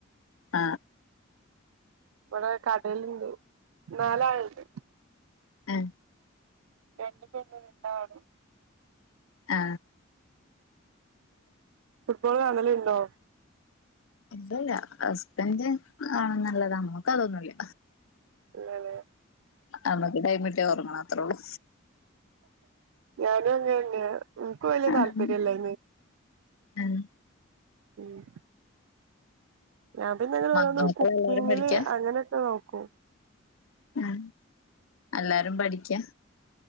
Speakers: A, on the left; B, on the right.
A: അ
B: ഇവടെ കടല്ണ്ട് നാലൾ ണ്ട്
A: മ്
B: രണ്ട് പെണ്ണും രണ്ടാനും
A: ആ
B: ഫുട്ബോള് കാണല്ണ്ടോ?
A: ഇപ്പ ഇല്ല ഹസ്ബൻഡ് കാണുന്നല്ലാതെ മ്മക്കതൊന്നുല്ല.
B: ഇല്ലലേ?
A: അമ്മക്ക് ടൈമിട്ട്യ ഒർങ്ങണം അത്രള്ളൂ.
B: ഞാനും അങ്ങനെ തന്നെയാ നിക്ക് വല്യ
A: ആഹ്
B: താത്പര്യമില്ലന്ന്.
A: ആഹ്
B: മ്. ഞാൻ പിന്നെങ്ങനൊരോന്ന്
A: മക്കളെല്ലാരും
B: കുക്കിങ്ങില്
A: പഠിക്കാ
B: അങ്ങനൊക്ക നോക്കും.
A: മ് എല്ലാരും പഠിക്ക?